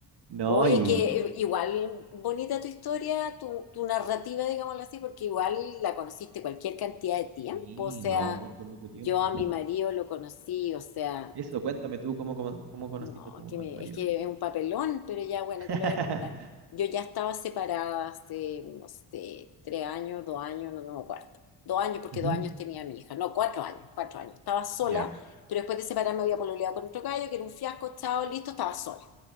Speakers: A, on the right (about 55°); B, on the left (about 55°).
A: No,
B: Oye,
A: y
B: que eh, igual bonita tu historia, tu, tu narrativa, digámoslo así, porque igual la conociste cualquier cantidad de tiempo.
A: sí,
B: O sea,
A: no, mucho, mucho tiempo.
B: yo a mi marido lo conocí, o sea,
A: Eso, cuéntame tú cómo, cómo cómo conociste
B: no,
A: a tu,
B: que me-
A: a tu marido.
B: es que es un papelón, pero ya bueno,
A: <laughs>
B: te lo voy a contar. Yo ya estaba separada hace, no sé, tres años, dos años, no, no me acuerdo. Dos años, porque
A: Ujú,
B: dos años tenía a mi hija. No, cuatro años, cuatro años. Estaba sola,
A: Ya,
B: pero después de separarme había pololeado con otro gallo, que era un fiasco, chao, listo, estaba sola.